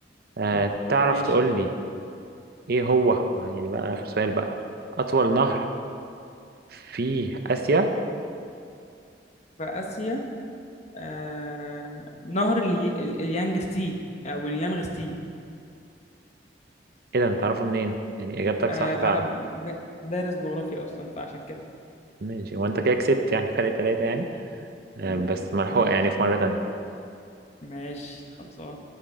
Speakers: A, on the right (about 60°); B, on the left (about 40°).
A: آه
B: م-
A: تعرف
B: ماشي
A: تقول لي ايه هو يعني بقى اخر سؤال بقى اطول نهر في آسيا
B: في اسيا آه... نهر الي... ال- اليانجستي او اليانغستي
A: ايه ده انت تعرفه منين يعني اجابتك
B: آه...
A: صح فعلا
B: انا ب- دارس جغرافيا اصلا فعشان كده
A: ماشي وانت كده كسبت يعني فرق ثلاثة يعني آه،
B: م-
A: بس ملحوقة
B: ماشي
A: يعني في مرة تانية
B: ماشي خلصان